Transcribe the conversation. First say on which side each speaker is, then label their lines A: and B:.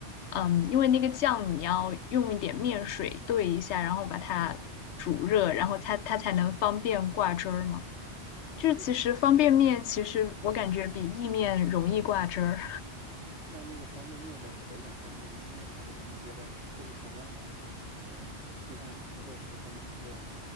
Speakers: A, on the left; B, on the right.
A: 嗯，因为那个酱你要用一点面水兑一下，然后把它煮热，然后它它才能方便挂汁儿嘛。
B: 嗯，
A: 就是其实方便面，
B: 对的，对的。
A: 其实我感觉比意面容易挂汁儿。
B: 那那个方便面的口感跟那个意面的口感，你觉得就是同样的，呃，替换之后，你觉得哪一个，